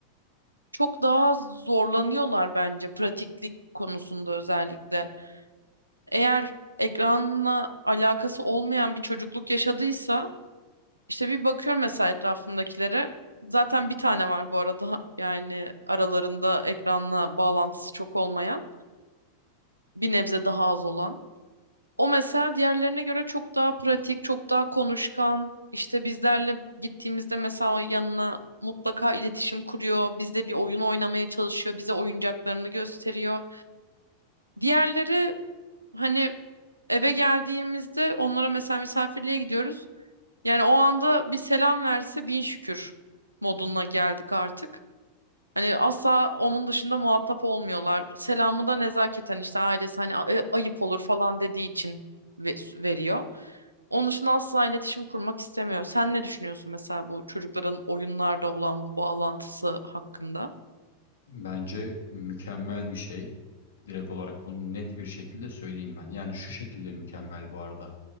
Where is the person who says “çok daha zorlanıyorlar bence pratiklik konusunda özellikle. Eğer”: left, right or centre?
Right